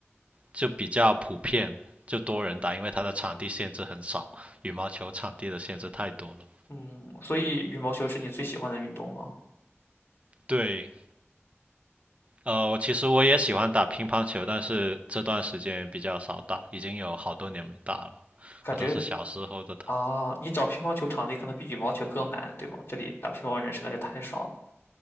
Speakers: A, on the right; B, on the left.
A: 就比较普遍，就多人打，因为它的场地限制很少，羽毛球场地的限制太多了。
B: 嗯，所以羽毛球是你最喜欢的运动吗？
A: 对，呃，其实我也喜欢打乒乓球，但是这段时间比较少打，已经有好多年没打了，
B: 感觉
A: 我都是小时候的打。
B: 啊，你找乒乓球场地可能比羽毛球更难，对吗？这里打乒乓人实在是太少了。